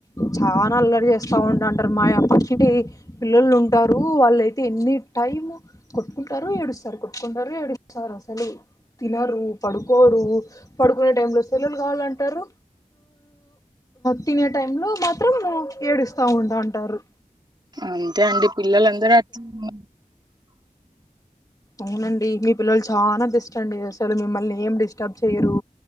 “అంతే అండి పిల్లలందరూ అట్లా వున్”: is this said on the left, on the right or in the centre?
Right